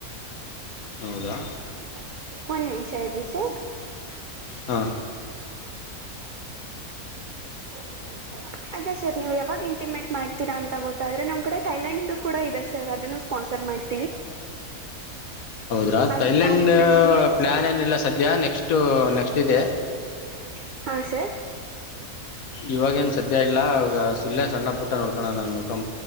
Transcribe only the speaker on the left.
ಹೌದಾ.
ಹಾಂ
ಹೌದ್ರಾ
ಥೈಲ್ಯಂಡ್
ಪ್ಲಾನ್ ಏನಿಲ್ಲ ಸದ್ಯ ನೆಕ್ಸ್ಟು ನೆಕ್ಸ್ಟ್ ಇದೆ.
ಇವಾಗ ಏನ ಸದ್ಯ ಇಲ್ಲ ಅವಾಗ ಇಲ್ಲೆ ಸಣ್ಣ ಪುಟ್ಟ ನೋಡ್ಕೋಣ ಅಂತ.